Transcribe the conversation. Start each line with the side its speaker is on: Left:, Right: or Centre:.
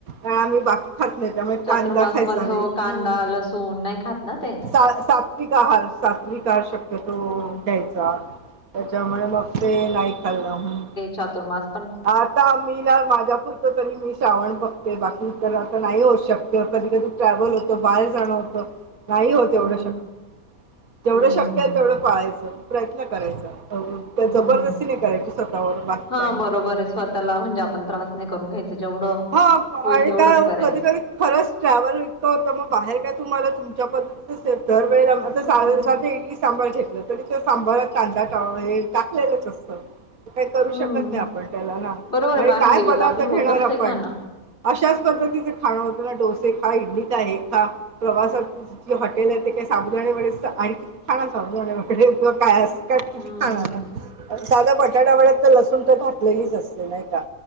Right: हा आम्ही बाकी खात नाही त्यामुळे
Left: चातुर्मास
Right: कांदा खायचा
Left: मध्ये हो
Right: नाही
Left: कांदा
Right: हम
Left: लसूण नाही खात ना ते
Right: सात सात सात्विक आहार सात्विक आर् शक्ती तो
Left: हा
Right: द्यायचा त्याच्यामुळे मग ते नाही खाल्लं हम
Left: चातुरमास
Right: आता मीला माझ्यापुरतं तरी मी श्रावण बघते बाकी इतरांच नाही होत शक्य कधी कधी ट्रॅव्हल होत बाहेर जाणं होतं. नाही होत
Left: हम्म
Right: एवढ शक्य
Left: हम्म
Right: जेवढं शक्य होइल तेवढं पाळायचं प्रयत्न करायचं
Left: हम्म हम्म
Right: जबरदस्ती नाही करायची स्वतःवर बाकी
Left: हा
Right: काही नाही
Left: बरोबर आहे, स्वतःला म्हणजे आपण त्रास नाही करून घ्यायचा. जेवढं
Right: हा
Left: होईल
Right: आणि
Left: तेवढंच
Right: काय ओ
Left: करायचं
Right: कधी कधी खरंच ट्रॅव्हल इतकं होतं, मग बाहेर काय तुम्हाला तुमच्या पद्धतीचं दर वेळेला आता
Left: हम्म
Right: <unintelligible> इडली सांबार घेतलं तरी त्या सांबारात कांदा हे टाकलेलंच असतं. काही करू
Left: हम्म
Right: शकत नाही आपण त्याला ना
Left: बरोबर आहे
Right: आणि
Left: बाहेर
Right: काय
Left: गेलं
Right: पदार्थ
Left: तर आपलं होतच
Right: घेणार. आपण
Left: ते खाणं
Right: अशाच पद्धतीचे खाणं होतं ना, डोसे खा इडली का हे खा प्रवासात. हॉटेल आहे ते काय साबुदाणा वडे आणि किती खा साबुदाणा किंवा काय अस किती
Left: हम्म
Right: खाणार ना, साधा बटाटा वड्यात तर लसूण तर घातलेलीच असते नाही का?